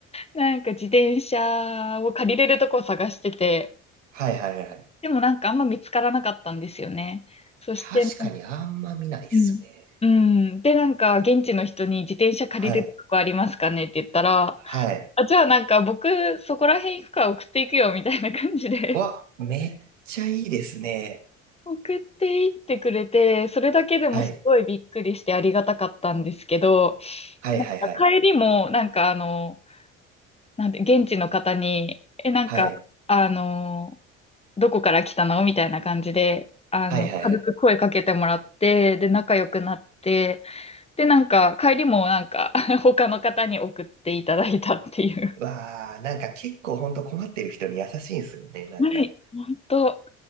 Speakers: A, on the left; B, on the right.
A: なんか自転車を借りれるとこを探してて、
B: はいはいはいはい。
A: でもなんかあんま見つからなかったんですよね。そして、
B: 確かにあんま見ないっすね。
A: なんうん。うん。で、なんか、現地の人に自転車借りれるとこありますかねって言ったら、
B: はい。はい。
A: あ、じゃあなんか僕そこら辺行くから送っていくよみたいな感じで
B: うわ、めっちゃいいですね。
A: 送っていってくれて、それだけでもすごいびっくりしてありがたかったんですけど、
B: はい。はいはいはい。
A: なんか帰りも、なんかあの、なんて、現地の方に、え、なんか、
B: はい。
A: あの、どこから来たのみたいな感じで、あの、
B: はいはい。
A: 軽く声かけてもらって、で、仲良くなって、で、なんか、帰りもなんか、<laughs> 他の方に送っていただいたっていう。
B: わあ、なんか結構ほんと困ってる人に優しいんですよね。なんか、
A: はい、本当、